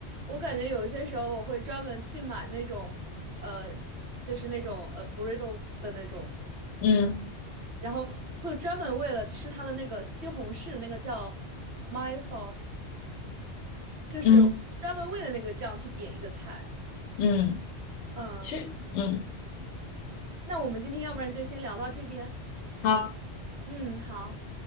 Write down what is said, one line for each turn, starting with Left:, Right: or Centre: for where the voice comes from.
Right: 我感觉有些时候我会专门去买那种，呃，就是那种呃 burrito 的那种，
Left: 嗯
Right: 然后会专门为了吃它的那个西红柿，那个叫 m y sauce，就是专门为了那个酱去点一个菜。
Left: 嗯嗯，
Right: 嗯，
Left: 其实嗯
Right: 那我们今天要不然就先聊到这边。
Left: 好。
Right: 嗯，好。